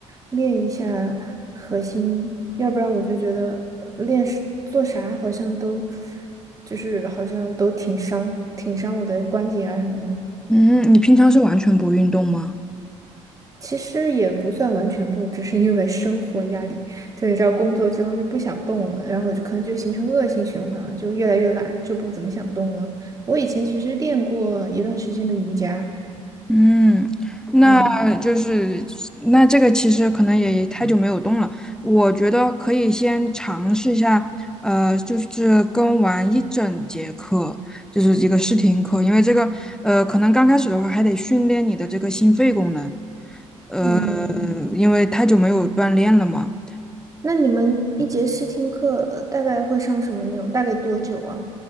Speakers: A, on the right; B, in the centre.
A: 练一下核心，要不然我就觉得练是做啥好像都就是好像都挺伤挺伤我的关节啊什么的。
B: 嗯，你平常是完全不运动吗？
A: 其实也不算完全不，只是因为生活压力，就你知道工作之后就不想动了，然后就可能就形成恶性循环了，就越来越懒，就不怎么想动了。我以前其实练过一段时间的瑜伽。
B: 嗯，那就是那这个其实可能也太久没有动了，
A: 嗯。
B: 我觉得可以先尝试一下，呃，就是跟完一整节课，就是一个试听课，因为这个呃，可能刚开始的话还得训练你的这个心肺功能，呃，
A: 嗯，
B: 因为太久没有锻炼了嘛。
A: 那你们一节试听课呃大概会上什么内容？大概多久啊？